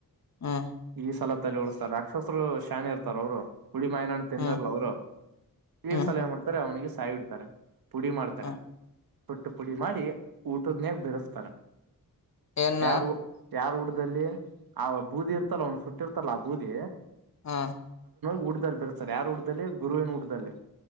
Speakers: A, on the left; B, on the right.
A: ಹಾ
B: ಈ ಸಲ ತಲೆ ಉಳಸ್ತಾರೆ ಅಕ್ಷತ್ರರು ಶಾನೆ ಇರ್ತಾರ ಅವರು ಹುಡಿ ಮಾಯನ್ಣ ತಿನ್ನಿರ್ಲ
A: ಹ್ಮ್
B: ಅವ್ರು ಈ
A: ಹ್ಮ್
B: ಸಲ ಮಾಡ್ತಾರೆ ಅವನಿಗೆ ಕೈಹೊಡೀತಾರೆ ಪುಡಿ ಮಾಡ್ತಾರ
A: ಹ್ಮ್
B: ತೊಟ್ಟು ಪುಡಿ ಮಾಡಿ ಊಟದ್ನಯಾಗ ಬೆರೆಸ್ತಾರ
A: ಏನ್ ನಾ
B: ಯಾರು ಯಾರ್ ಊಟದಲ್ಲಿ ಆ ಬೂದಿ ಇರ್ ಇತ್ತಲ್ಲ ಅವ್ನು ಸುಟ್ಟಿರ್ತಲ್ಲ ಆ ಬೂದಿ
A: ಹಾ
B: ಹಊಡ್ದದಲ್ಲಿ ಬರ್ತಾರೆ ಯಾರುಡ್ದದಲ್ಲಿ ಗುರುವಿನ ಹಊಡ್ದದಲ್ಲಿ